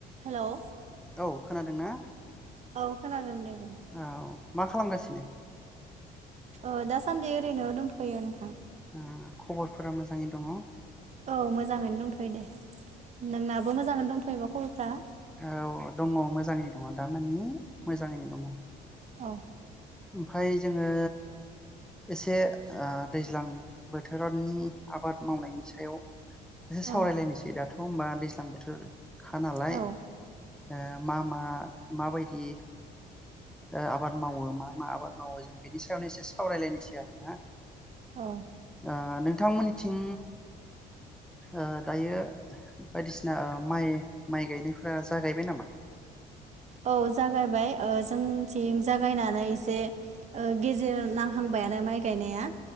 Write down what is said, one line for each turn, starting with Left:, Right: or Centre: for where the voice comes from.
Right: Hello
Centre: औ खोनादोंना?
Right: औखानादों दे। बुं
Centre: औ मा खालामगासिनो
Right: अ दासान्दि ओरैनो दंथयो नोंथां।
Centre: उम खबरफोरा मोजाङै दङ
Right: औ मोजाङैनो दंथयो दे नोंनाबो मोजाङैनो दंथ फैबा खबरफ्रा
Centre: औ दङ मोजाङैनो दङ दामानि मोजाङैनो दङ।
Right: औ
Centre: ओमफाय जोङो एसे आ दैज्लां बोथोरनि आबाद मावनायनि सायाव एसे
Right: औ
Centre: सावरायलायनिसै दाथ थ होमब्ला दैज्लां बोथोर खानालाय
Right: औ
Centre: ओ मा मा मा बायदि ओ आबाद मावो मा मा आबाद मावो जों बेनि सायावनो एसे सावरायलायनिसै आरोना ओ
Right: औ
Centre: नो थांमोननिथिं ओ दायो बायदिसिना ओ माइ माइ गायनायफोरा जागायबाय नामा
Right: औ जागायबाय ओ जोंथिं जागायनानै एसे ओ गेजेर नांहांबायानो माइ गायनाया।